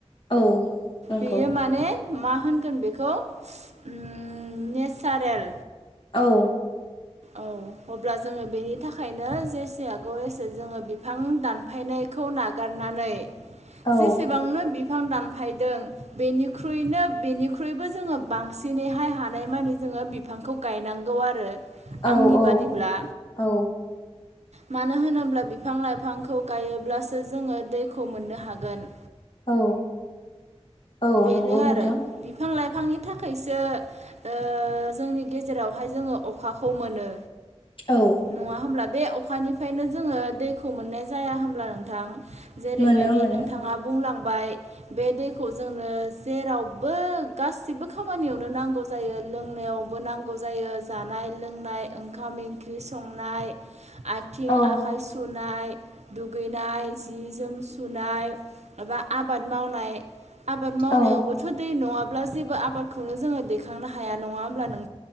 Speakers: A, on the left; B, on the right.
A: औ नंगौ
B: बेयो माने मा होनगोन बेखौ उम नेचारेल
A: औ
B: औ अब्ला जोङो बेनि थाखायनो जेसे हागौ एसे जोङो बिफां दानफायनायखौ नागारनानै
A: औ
B: जेसेबांनो बिफां दानफायदों बेनिख्रुइनो बेनिख्रुइबो जोङो बांसिनैहाय हानायमानि जोङो बिफांखौ गायनांगौ आरो
A: औ
B: आंनि
A: औ
B: बादिब्ला
A: औ
B: मानो होनोब्ला बिफां लाइफांखौ गायोब्लासो जोङो दैखौ मोन्नो हागोन
A: औ औ
B: बेनो
A: नंगौ नोंथां
B: आरो बिफां लाइफां बिफांनि थाखायसो ओ जोंनि गेजेरावहाय जोङो अखाखौ मोनो
A: औ
B: नङा होमब्ला बे अखानिफ्रायनो जोङो दैखौ मोननाय जाया होमब्ला नोंथां जेरैबायदि
A: मोनो मोनो
B: नोंथाङा बुंलां बाय बे दैखौ जोंनो जेरावबो गासिबो खामानियावनो नांगौ जायो लोंनायावबो नांगौ जायो जानाय लोंनाय ओंखाम इंख्रि संनाय आथिं
A: औ
B: आखाइ सुनाय दुगैनाय जि जोम सुनाय एबा आबाद मावनाय आबाद मावनायावबोथ'
A: औ
B: दै नङा ब्ला जेबो आबादखौनो जोङो दैखांनो हाया नङा होनब्ला नों